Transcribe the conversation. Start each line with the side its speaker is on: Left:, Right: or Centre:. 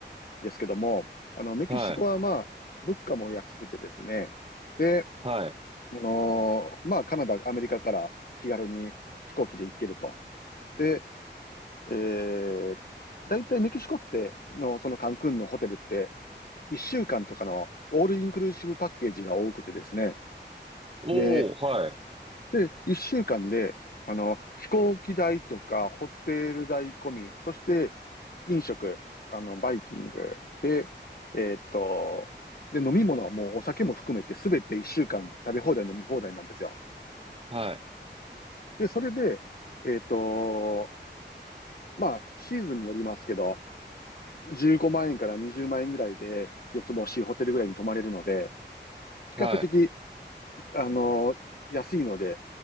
Left: ですけども、あの、メキシコはまあ、
Right: い。はい。
Left: 物価も安くてですね、で、
Right: はい。
Left: あのーまあ、カナダ、アメリカから気軽に飛行機で行けると。で、えー、大体メキシコっての、そのカンクンのホテルって、1週間とかのオールインクルーシブパッケージが多くてですね、
Right: おお、
Left: で、
Right: はい。
Left: で、一週間で、あの、飛行機代とか、ホテル代込み、そして、飲食、あの、バイキングで、えーっと、で、飲み物はもうお酒も含めて、すべて一週間食べ放題、飲み放題なんですよ。
Right: はい。
Left: で、それで、えーっと、まあ、シーズンによりますけど、15万円から20万円ぐらいで、四つ星ホテルぐらいに泊まれるので、比較的
Right: はい。
Left: あの、安いので、